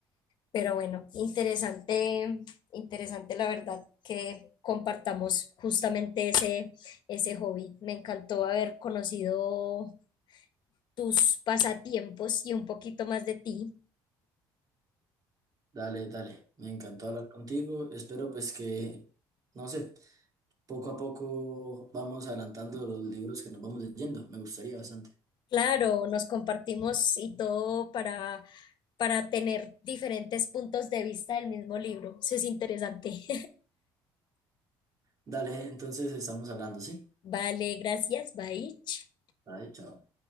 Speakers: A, on the left (about 55°); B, on the right (about 40°).
A: Pero bueno, interesante, interesante la verdad que compartamos justamente ese, ese hobby. Me encantó haber conocido tus pasatiempos y un poquito más de ti.
B: Dale, dale, me encantó hablar contigo. Espero pues que, no sé, poco a poco vamos adelantando los libros que nos vamos leyendo. Me gustaría bastante.
A: Claro, nos compartimos y todo para, para tener diferentes puntos de vista del mismo libro. Eso es interesante.
B: Dale, entonces estamos hablando, ¿sí?
A: <laughs> Vale, gracias. Bye.
B: Vale, chao.